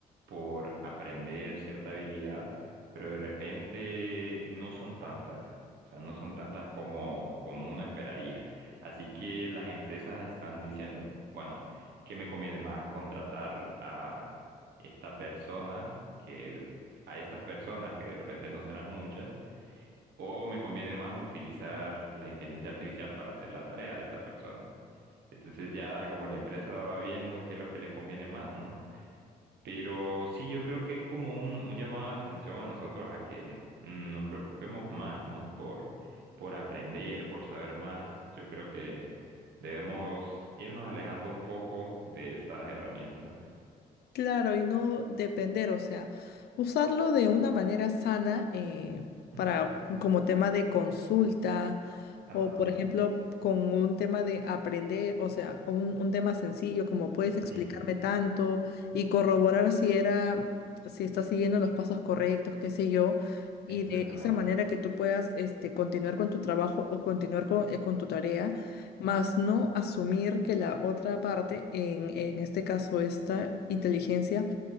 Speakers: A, on the right (about 80°); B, on the left (about 70°).
A: por aprender cierta habilidad, pero de repente no son tantas, o sea, no son tantas como, como uno esperaría. Así que las empresas están diciendo, bueno, ¿qué me conviene más? ¿Contratar a esta persona? que a estas personas, que de repente no serán muchas, o me conviene más utilizar la inteligencia artificial para hacer la tarea de esta persona. Entonces ya como la empresa va viendo qué es lo que les conviene más, ¿no? Pero sí, yo creo que es como un, un llamado de atención a nosotros a que mm, nos preocupemos más, ¿no? Por, por aprender, por saber más. Yo creo que debemos irnos alejando un poco de estas herramientas.
B: Claro, y no depender, o sea, usarlo de una manera sana eh,
A: Ujú.
B: para como tema de consulta
A: Ajá,
B: o, por ejemplo, con un tema de aprender, o sea, un, un tema sencillo como puedes explicarme
A: sí.
B: tanto y corroborar si era, si está siguiendo los pasos correctos, qué sé yo, y
A: Exactamente.
B: de esa manera que tú puedas este, continuar con tu trabajo o continuar con, eh, con tu tarea más no asumir que la otra parte, en, en este caso esta inteligencia,